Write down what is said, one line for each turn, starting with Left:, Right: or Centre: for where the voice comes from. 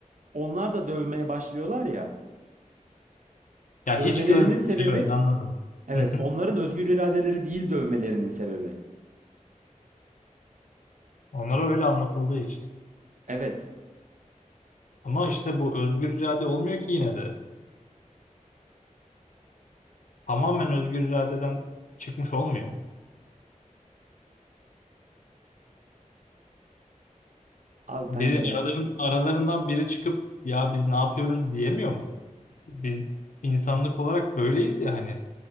Right: onlar da dövmeye başlıyorlar ya.
Left: Ya
Right: Dövmelerinin
Left: hiç görmemiş.
Right: sebebi
Left: Evet anladım.
Right: Evet,
Left: Hı hı.
Right: onların özgür iradeleri değil dövmelerinin sebebi.
Left: Onlara öyle anlatıldığı için.
Right: Evet.
Left: Ama işte bu özgür irade olmuyor ki yine de. Tamamen özgür iradeden çıkmış olmuyor.
Right: Abi
Left: Biri
Right: bence
Left: araların, aralarından biri çıkıp ya biz ne yapıyoruz diyemiyor mu? Biz insanlık olarak böyleyiz ya hani.